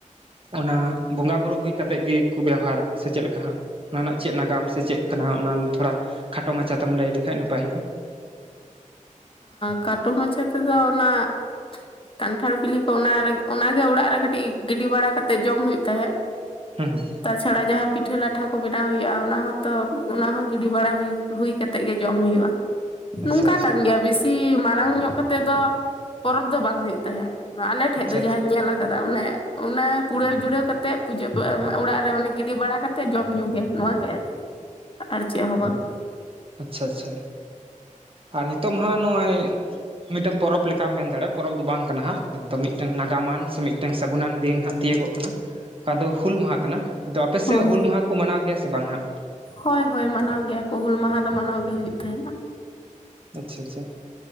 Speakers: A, on the right (about 45°); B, on the left (about 40°).
A: ᱚᱱᱟ ᱵᱚᱸᱜᱟ ᱵᱩᱨᱩ ᱦᱩᱭ ᱠᱟ ᱠᱟᱛᱮᱫ ᱜᱮᱠᱚ ᱵᱮᱣᱦᱟᱨᱟ ᱥᱮ ᱪᱮᱫᱞᱮᱠᱟ ᱦᱟᱸᱜ ᱾ ᱚᱱᱟ ᱨᱮᱱᱟᱜ ᱪᱮᱫ ᱱᱟᱜᱟᱢ ᱥᱮ ᱪᱮᱫ ᱠᱟᱱᱟ ᱚᱱᱟ ᱛᱷᱚᱲᱟ ᱠᱷᱟᱴᱚ ᱢᱟᱪᱷᱟᱛᱮᱢ ᱞᱟᱹᱭ ᱞᱮᱠᱷᱟᱡ ᱱᱟᱯᱟᱭ ᱦᱳᱭᱳᱜᱼᱟ ᱾
B: ᱠᱷᱟᱴᱚ ᱢᱟᱪᱷᱟ ᱛᱮᱫᱚ ᱚᱱᱟ ᱾ ᱠᱟᱱᱴᱷᱟᱲ ᱵᱤᱞᱤ ᱠᱚ ᱚᱱᱟᱨᱮ ᱚᱱᱟᱜᱮ ᱚᱲᱟᱜ ᱨᱮ ᱠᱟᱹᱴᱤᱡ ᱜᱤᱰᱤ ᱵᱟᱲᱟ ᱠᱟᱛᱮ ᱡᱚᱢ ᱦᱩᱭᱩᱜ ᱛᱟᱦᱮᱸᱫ ᱾
A: ᱦᱩᱸ ᱦᱩᱸ <inaudible>
B: ᱛᱟᱪᱷᱟᱲᱟ ᱡᱟᱦᱟᱸ ᱯᱤᱴᱷᱟᱹ ᱞᱟᱴᱷᱟ ᱠᱚ ᱵᱮᱱᱟᱣ ᱦᱩᱭᱩᱜᱼᱟ ᱚᱱᱟ ᱦᱚᱸᱛᱚ ᱚᱱᱟ ᱦᱚᱸ ᱜᱤᱰᱤ ᱵᱟᱲᱟ ᱦᱩᱭ ᱠᱟᱛᱮ ᱠᱟᱛᱮᱫ ᱜᱮ ᱡᱚᱢ ᱦᱩᱭᱩᱜᱼᱟ ᱾
A: ᱟᱪᱪᱷᱟ
B: ᱱᱚᱝᱠᱟ
A: ᱟᱪᱪᱷᱟ
B: ᱠᱟᱱ ᱜᱮᱭᱟ ᱵᱮᱥᱤ ᱢᱟᱨᱟᱝ ᱧᱚᱜ ᱠᱟᱛᱮᱜ ᱫᱚ ᱯᱚᱨᱚᱵᱽ ᱫᱚ ᱵᱟᱝ ᱦᱩᱭᱩᱜ ᱛᱟᱦᱮᱸᱫ ᱾ ᱟᱞᱮ ᱴᱷᱮᱡ
A: ᱟᱪᱪᱷᱟ
B: ᱫᱚ
A: ᱟᱪᱪᱷᱟ
B: ᱡᱟᱦᱟᱸᱧ ᱧᱮᱞ ᱚᱱᱮ ᱚᱱᱟ ᱠᱩᱲᱟᱹᱣ ᱡᱩᱲᱟᱹᱣ ᱠᱟᱛᱮ ᱯᱩᱡᱟᱹ ᱚᱲᱟᱜ ᱨᱮ ᱢᱟᱱᱮ ᱜᱤᱰᱤ ᱵᱟᱲᱟ ᱠᱟᱛᱮ ᱛᱮ ᱡᱚᱢ ᱧᱩ ᱜᱮ ᱱᱚᱣᱟ ᱜᱮ ᱟᱨᱠᱤ ᱟᱨ ᱪᱮᱫ ᱦᱚᱸ ᱵᱟᱝ
A: ᱟᱪᱷᱟ ᱟᱪᱷᱟ ᱟᱨ ᱱᱤᱛᱳᱜ ᱢᱟ ᱱᱚᱜᱼᱚᱭ ᱾ ᱢᱤᱫᱴᱟᱝ ᱯᱚᱨᱚᱵᱽ ᱞᱮᱠᱟᱢ ᱢᱮᱱ ᱫᱟᱲᱮᱭᱟᱜᱼᱟ ᱯᱚᱨᱚᱵᱽ ᱫᱚ ᱵᱟᱝ ᱠᱟᱱᱟ ᱦᱟᱸᱜ ᱢᱤᱫᱴᱟᱝ ᱱᱟᱜᱟᱢᱟᱱ ᱥᱮ ᱢᱤᱫᱴᱟᱝ ᱥᱟᱹᱜᱩᱱᱟᱱ ᱫᱤᱱ ᱦᱟᱸᱜ ᱾ ᱛᱤᱭᱳᱟᱹᱜᱚᱜ ᱠᱟᱱᱟ ᱚᱠᱟ ᱫᱚ ᱦᱩᱞ ᱢᱟᱦᱟ ᱠᱟᱱᱟ ᱟᱫᱚ ᱟᱯᱮᱥᱮᱫ
B: ᱦᱳᱭ
A: ᱦᱩᱞ ᱢᱟᱦᱟ ᱠᱚ ᱢᱟᱱᱟᱣ ᱜᱮᱭᱟ ᱥᱮ ᱵᱟᱝ ᱦᱟᱸᱜ?
B: ᱦᱳᱭ ᱦᱳᱭ ᱢᱟᱱᱟᱣ ᱜᱮᱭᱟ ᱠᱚ ᱦᱩᱞ ᱢᱟᱦᱟ ᱫᱚ ᱢᱟᱱᱟᱣ ᱜᱮ ᱦᱩᱭᱩᱜ ᱛᱟᱦᱮᱱᱟ ᱾
A: ᱟᱪᱷᱟ ᱟᱪᱷᱟ ᱾